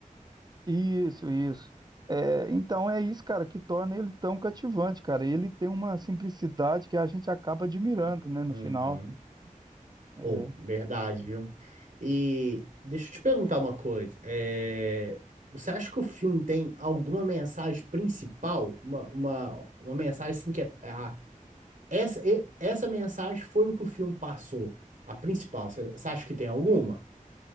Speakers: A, on the right; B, on the right.
A: Isso, isso. É, então é isso, cara, que torna ele tão cativante, cara. Ele tem uma simplicidade que a gente acaba admirando, né, no
B: Uhum.
A: final. É,
B: Ou, verdade, viu? E deixa eu te perguntar uma coisa. É, você acha que o filme tem alguma mensagem principal? Uma, uma, uma mensagem assim que é, ah, Essa, e- essa mensagem foi o que o filme passou, a principal. Você acha que tem alguma?